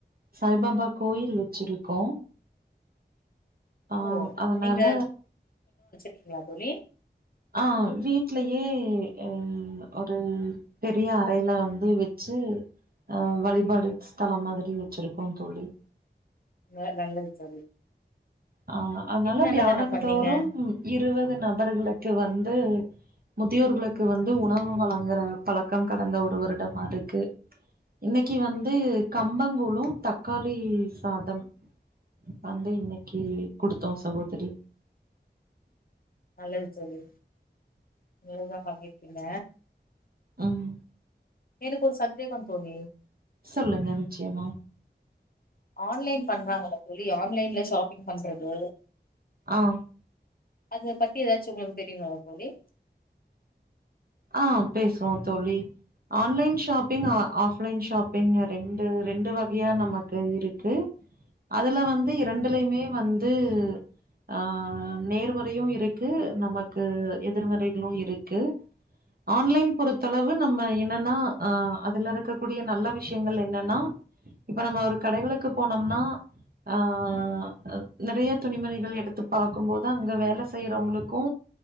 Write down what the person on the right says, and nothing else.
சாய்பாபா கோயில் வச்சிருக்கோ ஆ
அதனால
ஆ வீட்லயே ம் ஒரு பெரிய அறையில வந்து வச்சு ஆ வழிபாடு ஸ்தலம் மாதிரி வச்சிருக்கோ தோழி
அ அதனால
வியாழன்தோறும்
இருபது நபர்களுக்கு வந்து முதியோர்களுக்கு வந்து உணவு வழங்குற பழக்கம் கடந்த ஒரு வருடமா இருக்கு இன்னைக்கு வந்து கம்பங்கூழும் தக்காளி சாதம் வந்து இன்னை க்கி குடுத்தோம் சகோதரி
ஆம்
சொல்லுங்க நிச்சயமா
ஆ
ஆ பேசுவோம் தோழி ஆன்லைன் ஷாப்பிங் ஆஃப்லைன் ஷாப்பிங் ரெண்டு ரெண்டு வகையா நமக்கு இருக்கு அதுல வந்து ரெண்டுலையுமே வந்து அஹ நேர்முறையும் இருக்கு நமக்கு எதிர்மறைகளும் இருக்கு ஆன்லைன் பொறுத்தளவு நம்ம என்னன்னா ஆ அதுல இருக்கக்கூடிய நல்ல விஷயங்கள் என்னன்னா இப்ப நம்ம ஒரு கடைகளுக்கு போனோம்னா ஆ அ நெறைய துணிமணிகள் எடுத்து பாக்கும் போது அங்க வேல செய்யறவங்களுக்கு